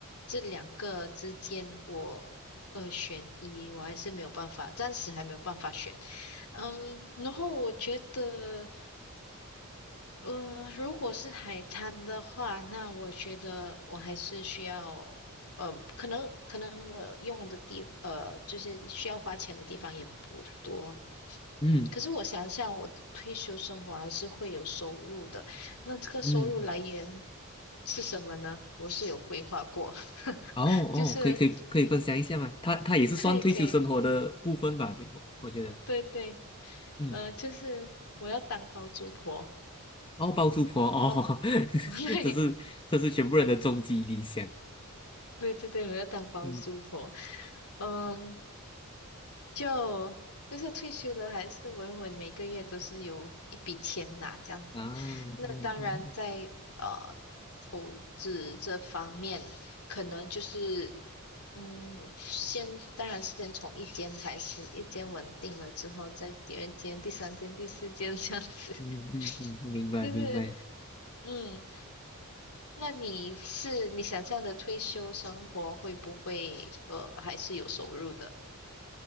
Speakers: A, on the left (about 85°); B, on the left (about 20°).
A: 这两个之间我二选一，我还是没有办法，暂时还没有办法选。嗯，然后我觉得。嗯，呃如果是海滩的话，那我觉得我还是需要。嗯，可能可能我用的地，呃，就是需要花钱的地方也不多。
B: 嗯
A: 可是我想想，我的退休生活还是会有收入的。那这个收入来源
B: 嗯。
A: 是什么呢？我是有规划过，<laughs>
B: 哦哦，
A: 就是
B: 可以可以可以分享一下吗？他他也是算退休生活的部分吧，
A: 可以可以，
B: 就我我觉得，
A: 对对，
B: 嗯，
A: 呃，就是我要当包租婆，
B: 哦，包租婆哦，
A: 然后
B: <laughs>
A: <laughs> 对，
B: 这是这是全部人的终极理想，
A: 对对对，我要当包租婆。
B: 嗯
A: 嗯，就就是退休了，还是稳稳每个月都是有一笔钱拿这样子。
B: 啊，
A: 那当然在呃投资这方面，
B: 嗯嗯
A: 可能就是嗯，先当然是先从一间开始，一间稳定了之后，再第二间、第三间、第四间这样子。
B: 嗯嗯嗯，
A: <laughs>
B: 嗯明白明白，
A: 就是嗯。那你是你想象的退休生活会不会呃还是有收入的？